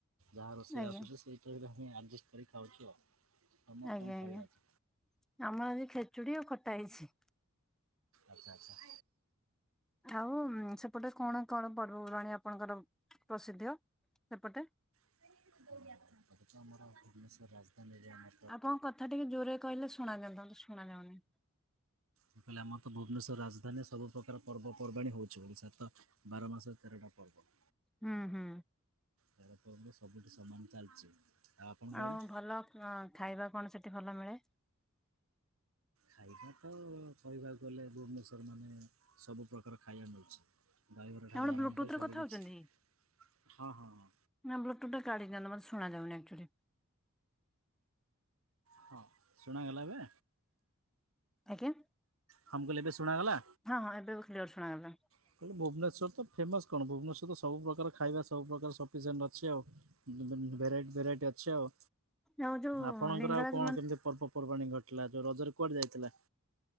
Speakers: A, on the right (about 80°); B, in the centre.
A: ଯାହା ରୋଷେଇ
B: ଆଜ୍ଞା
A: ଆସୁଛି ସେଇ ଟାଇରେ ହିଁ ଆଡ଼ଜଷ୍ଟ କରିକି ଖାଉଛୁ ଆଉ। ତମର
B: ଆଜ୍ଞା
A: କଣ ଖାଇବା
B: ଆଜ୍ଞା
A: ଅଛି?
B: ଆମର ଆଜି ଖେଚୁଡି ଆଉ ଖଟା ହେଇଛି।
A: ଆଚ୍ଛା ଆଚ୍ଛା
B: ଆଉ ସେପଟେ କଣ କଣ ପର୍ବପର୍ବାଣୀ ଆପଣଙ୍କର ପ୍ରସିଦ୍ଧ ସେପଟେ
A: ପଦଚମରା ଭୁବନେଶ୍ୱର ରାଜଧାନ ଧାନୀ ରେ ମ
B: ଆପଣଙ୍କ କଥା ଟିକେ ଜୋରରେ କହିଲେ ଶୁଣାଯାନ୍ତା ଶୁଣାଯାଉନି
A: ମୁଁ କହିଲେ ଆମ ତ ଭୁବନେଶ୍ୱର ରାଜଧାନୀରେ ସବୁପ୍ରକାର ପର୍ବପର୍ବାଣି ହେଉଛି ଓଡ଼ିଶାରେ ତ ବାର ମାସର ତେରଟା ପର୍ବ।
B: ହୁଁ ହୁଁ
A: ତେର ପର୍ବ ସବୁଠି ସମାନ ଚାଲିଛି। ଆପଣଙ୍କ
B: ଆଉ
A: ଆଡ଼େ?
B: ଭଲ ଖାଇବା କଣ ସେଠି ଭଲ ମିଳେ?
A: ଖାଇବା ତ କହିବାକୁ ଗଲେ ଭୁବନେଶ୍ଵର ମାନେ ସବୁ ପ୍ରକାର ଖାଇବା ମିଳୁଛି ଦହିବରା ଠାକୁ
B: ଆପଣ
A: ଆରମ୍ଭ
B: ବ୍ଲୁଟୁଥ
A: କରି ସବୁକିଛି
B: ରେ କଥା ହଉଛନ୍ତି?
A: ହଁ ହଁ ହଁ
B: ନା ବ୍ଲୁଥୁଥ ଟା କାଢିଦିଅନ୍ତୁ ମତେ ଶୁଣାଯାଉନି ଆକ୍ଚୁଆଲି
A: ହଁ ଶୁଣାଗଲା ଏବେ
B: ଆଜ୍ଞା
A: ହଁ ମୁଁ କହଲି ଏବେ ଶୁଣାଗଲା
B: ହଁ ହଁ ଏବେ ବୋ କ୍ଲିଆର ସୁଣାଗଲା।
A: ମୁଁ କହିଲି ଭୁବନେଶ୍ୱର ତ ଫେମଶ୍ କଣ ଭୁବନେଶ୍ୱର ତ ସବୁ ପ୍ରକାର ଖାଇବା ସବୁ ପ୍ରକାର ସଫିସିଏଣ୍ଟ ଅଛି ଆଉ ଭେରାଇଟ୍ ଭେରାଇଟ୍ ଅଛି ଆଉ
B: ଆଉ ଯୋଉ
A: ଆପଣଙ୍କ
B: ଲିଙ୍ଗରାଜ
A: ର ଆଉ କଣ? ପର୍ବାଣୀ ଘଟିଲା ତ ରଜରେ କୁଆଡେ ଯାଇଥିଲେ?